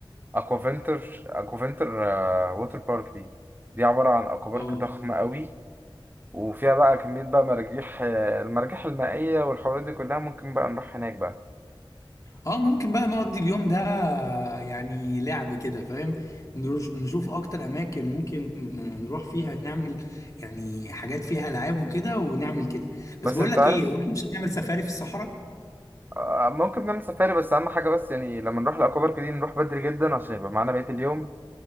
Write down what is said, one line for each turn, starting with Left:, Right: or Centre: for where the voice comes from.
Right: اكوافنتر اكوافنتر آه، ووتر بارك دي دي عبارة عن اكوا بارك
Left: اه
Right: ضخمة قوي وفيها بقى كمية بقى مراجيح آه، المراجيح المائية والحوارات دي كلها ممكن بقى نروح هناك بقى
Left: اه ممكن بقى نقضي اليوم ده يعني لعب كده فاهم نروش- نشوف اكتر اماكن ممكن نروح فيها نعمل يعني حاجات فيها العاب وكده ونعمل كده بس
Right: بس
Left: بقول
Right: انت
Left: لك
Right: عارف
Left: ايه هو احنا مش هنعمل سفاري في الصحراء
Right: آه، ممكن نعمل سفاري بس اهم حاجة بس يعني لما نروح الاكوا بارك دي نروح بدري جدا عشان يبقى معانا بقية اليوم